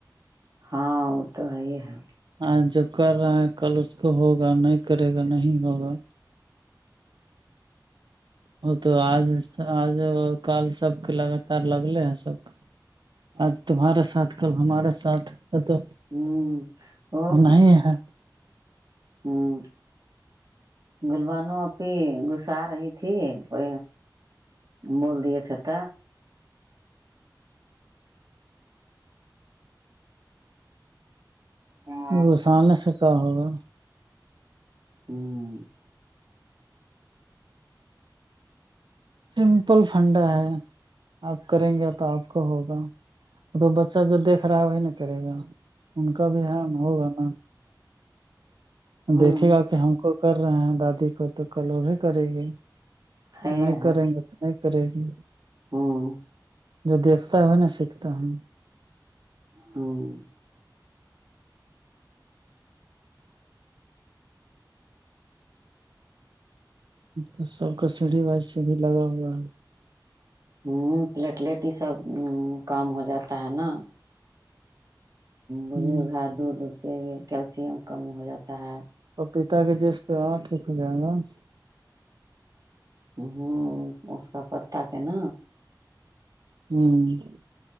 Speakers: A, on the right; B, on the right.
A: ہاں وہ تو ہےی ہے
B: آاں جو کر رہا ہے کل اس کو ہوگا نہیں کرے گا نہیں ہوگا وہ تو آج آج کال سب کے لگاتار لگلے ہیں سب آج تمہارے ساتھ کل ہمارے ساتھ ہے تو
A: ہوں اور
B: نہیں ہے
A: ہوں گلبانو اھی گسا رہی تھی وہ بول دیے تھت ہاں
B: گغسانے سے کاا ہوگا
A: ہوں
B: سمپل فھنڈا ہے آپ کریں گے تو آپ کو ہوگا تو بچہ جو دیکھ رہا ہے وہی نا کرے گا ان کا بھی ہےان ہوگا نا
A: ہوں
B: دیکھے گا کہ ہم کو کر رہے ہیں دادی کو تو کل وہ بھی کرے گی
A: ہے
B: نہیں
A: ہے
B: ت نہیں کرے گی
A: ہوں
B: جو دھتا ہو نا سیکھتا ہے
A: ہاں <unintelligible>
B: تو سب کا سیڑھی بائی سیڑھی لگا ہوا ہے <unintelligible>
A: ہوں پلیٹلیٹ یہ سب کام ہو جاتا ہے نا <unintelligible> بزرگ
B: ہ
A: ہے دودھ اھتے کیلشیم کمی ہو جاتا ہے <unintelligible>
B: اور پیتا کے جس پہ ہے ٹھیک ہو جائے گا <unintelligible>
A: ہوں اس کا پتاہ کہ ن <unintelligible>
B: ہوں <unintelligible>